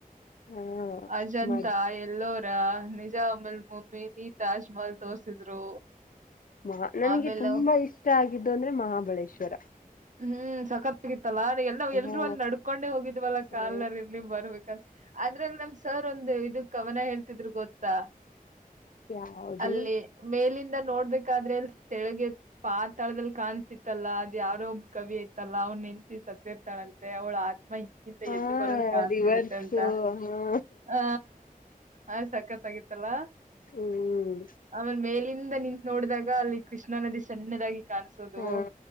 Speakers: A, on the left; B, on the right.
A: ಹಾ
B: ಅಜಂತಾ
A: ಮ
B: ಎಲ್ಲೋರ ನಿ ಮಲ್ ಮೊಮಿನಿ ತಾಜ್ಮಹಲ್ ತೋರ್ಸಿದ್ರು
A: ಮಹ ನನಗೆ
B: ಆಮೇಲೆ
A: ತುಂಬಾ ಇಷ್ಟ ಆಗಿದ್ದು ಅಂದ್ರೆ ಮಹಾಬಳೇಶ್ವರ
B: ಹ್ಮ್ ಸಕತ್ಗಿತ್ತಲ್ಲಾ ಎಲ್ಲ ಎಲ್ರೂ
A: ಹಾ
B: ಅಲ್ಲಿ ನಡ್ಕೊಂಡೆ ಹೋಗಿದ್ವಲ್ಲಾ
A: ಹಾ
B: ಕಾಲ್ನರ್ ಇರ್ಲಿ ಬರ್ಬೇಕಲ್ ಆದದ್ರಲ್ಲಿ ನಮ್ ಸರ್ ಒಂದು ಇದಕ್ ಅವನ ಹೇಳ್ತಿದ್ರು ಗೊತ್ತಾ
A: ಯಾವುದು
B: ಅಲ್ಲಿ ಮೇಲಿಂದ ನೋಡ್ಬೇಕಾದ್ರೆ ತೆಗೆ ಪಾತಾಳದಲ್ಲಿ ಕಾಣಸ್ತಿತ್ತಲ್ಲಾ ಅದ ಯಾರೋ ಕವಿ ಆಯ್ತಲ್ಲ ಅವ್ನ ನೆನ್ಂತ ಸತ್ತ ಇರ್ತಾಳಂತೆ ಅವಳ ಮ್ಮ ಈಗಿಂತ
A: ಹಾ
B: ಎದ್ದು ಬರೋದ ಕಾಣ್ಸಿರುತ್ತೆ
A: ರಿವರ್ಸ್
B: ಅಂತ
A: ಹಾ
B: ಹ ಆ ಸಖತ್ ಆಗತ್ತಲ್ಲ
A: ಹ್ಮ್
B: ಆಮೇಲೆ ಮೇಲಿನ ದ ನಿಂತತ್ ನೋಡಿದಾಗ ಅಲ್ಲಿ ಕೃಷ್ಣಾ ನದಿ ಸಣ್ಣದಾಗಿ ಕಾಣಸೋದು
A: ಹಾ